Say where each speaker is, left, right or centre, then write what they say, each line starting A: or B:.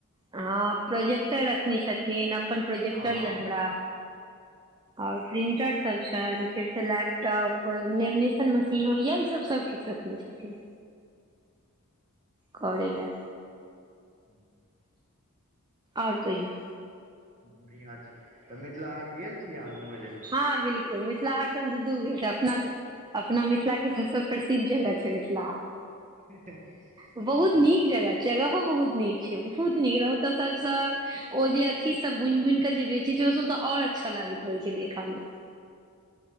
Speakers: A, on the right; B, on the right.
A: हँ प्रोजेक्टर रखनी छथिन। अ अपन प्रोजेक्टर
B: हँ
A: ये हमरा और प्रिंटर सब छन। फिर सँ लैपटॉप, लेमिनेशन मशीन होइए, ई सब सबकिछु रखने छथिन। करे ले।
B: <inaudible>
A: आओर कहियौ।
B: बढ़िआँ छै। तऽ मिथिला हाट गेल छी अहाँ घुमय लेल?
A: हां बिलकुल। मिथिला हाट त हम दू दू गेल छीए। अपना घर अपना मिथिला के सबसँ प्रसिद्ध जगह छै मिथिला हाट।
B: ह ह
A: बहुत नीक जगह छै। जगहो बहुत नीक छै। बहुत नीक। ओतऽ सबसँ ओ जे अथी सब बुनि बुन के जे बेची जो वो ओ सब तऽ आओर अच्छा लागैत रहै छै देखऽ में